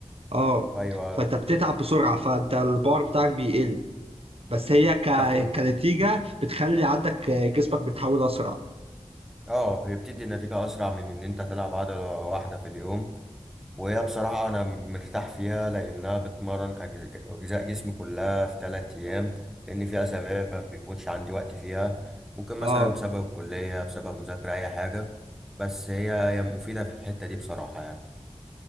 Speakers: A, on the right (about 60°); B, in the centre.
A: اه
B: ايوه
A: فانت بتتعب بسرعه فانت البار بتاعك بيقل بس هي ك...
B: تاخد
A: كنتيجه بتخلي عندك آه، جسمك بيتحول اسرع
B: اه بتدي نتيجة اسرع من ان انت تلعب عضلة واحدة في اليوم وهي بصراحة أنا مرتاح فيها لأنها بتمرن أجز- أجزاء جسمي كلها في تلات أيام لأن في أسابيع ما بيكونش عندي وقت فيها ممكن مثلا
A: اه
B: بسبب الكلية بسبب مذاكرة أي حاجة بس هي هي مفيدة في الحتة دي بصراحة يعني